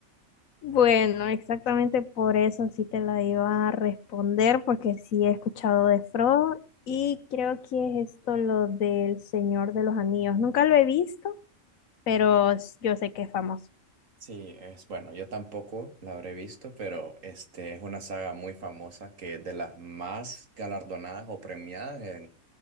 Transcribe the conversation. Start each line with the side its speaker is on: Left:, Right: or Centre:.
Left: Bueno, exactamente por eso sí te la iba a responder, porque sí he escuchado de Frodo y creo que es esto lo del Señor de los Anillos. Nunca lo he visto, pero s- yo sé que es famoso.
Right: Sí, es bueno, yo tampoco la habré visto, pero este es una saga muy famosa que es de las más galardonadas o premiadas en,